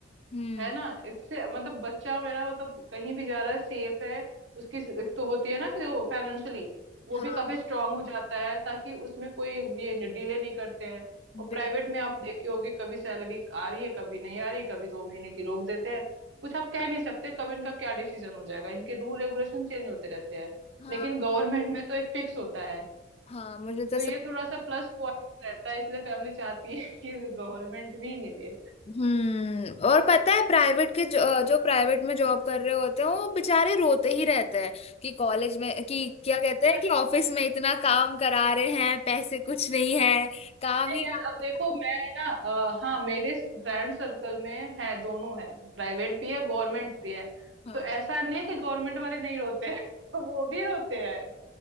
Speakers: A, on the left; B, on the right.
A: हम्म
B: है ना इससे मतलब बच्चा मेरा मतलब कहीं भी जा रहा है सेफ है उसकी एक तो होती है ना कि जो फाइनेंशियली वो
A: हाँ
B: भी काफी स्ट्रांग हो जाता है ताकि उसमें कोई ये डिले नहीं करते हैं और
A: बिल्कुल
B: प्राइवेट में आप देखे होगे कभी सैलरी आ रही है कभी नहीं आ रही है कभी दो महीने की रोक देते हैं कुछ आप कह नहीं सकते कब इनका क्या डिसीजन हो जाएगा इनके रूल रेगुलेशन चेंज होते रहते हैं
A: हाँ
B: लेकिन गवर्नमेंट में तो एक फिक्स होता है
A: हाँ मुझे तो
B: तो
A: सब
B: ये थोड़ा सा प्लस पॉइंट रहता है इसलिए फैमिली चाहती है कि गवर्नमेंट भी मिले
A: हम्म और पता है प्राइवेट के जो, जो प्राइवेट में जॉब कर रहे होते हैं वो बेचारे रोते ही रहते हैं कि कॉलेज में कि क्या कहते हैं
B: <laughs>
A: कि ऑफिस में इतना काम करा रहे हैं पैसे कुछ नहीं है काम
B: नहीं
A: ही
B: यार
A: काम
B: अब देखो
A: करा
B: मैं ना अ, हाँ मेरे फ्रेंड सर्कल में है दोनों है प्राइवेट भी है गवर्नमेंट भी है
A: रहे
B: तो
A: हैं।
B: ऐसा नहीं है कि गवर्नमेंट वाले नहीं रोते हैं। <laughs> वो भी रोते हैं